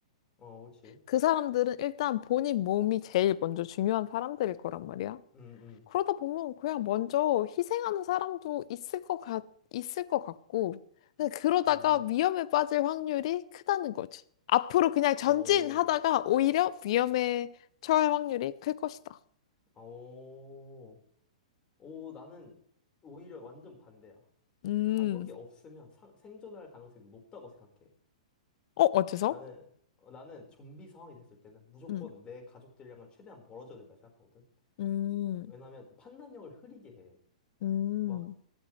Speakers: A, on the left; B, on the left.
A: 어, 그치.
B: 그 사람들은 일단 본인 몸이 제일 먼저 중요한 사람들일 거란 말이야.
A: 음, 음,
B: 그러다 보면 그냥 먼저 희생하는 사람도 있을 것 같, 있을 것 같고, 근데 그러다가
A: 음,
B: 위험에 빠질 확률이 크다는 거지. 앞으로 그냥 전진하다가
A: 오,
B: 오히려 위험에 처할 확률이 클 것이다.
A: 오, 오, 나는 오히려 완전 반대야.
B: 음,
A: 가족이 없으면 상, 생존할 가능성이 높다고 생각해.
B: 어, 어째서?
A: 나는, 어, 나는 좀비 상황이 됐을 때는 무조건
B: 음,
A: 내 가족들이랑은 최대한 멀어져야 된다 생각하거든.
B: 음,
A: 왜냐면 판단력을 흐리게 해.
B: 음,
A: 막,